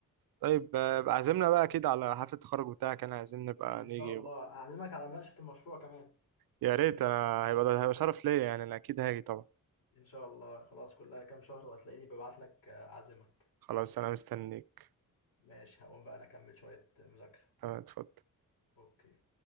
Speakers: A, on the right (about 85°); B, on the left (about 85°).
A: طيب آه، بقى عازمنا بقى اكيد على حفلة التخرج بتاعك انا عايزين نبقى
B: ان
A: نيجي
B: شاء الله
A: و...
B: اعزمك على مناقشة المشروع كمان
A: يا ريت انا هيبقى هيبقى شرف ليا يعني انا اكيد هاجي طبعا
B: ان شاء الله خلاص كلها كام شهر وهتلاقيني ببعت لك آه، اعزمك
A: خلاص انا مستنيك
B: ماشي هقوم بقى انا اكمل شوية مذاكرة
A: تمام اتفضل
B: اوكي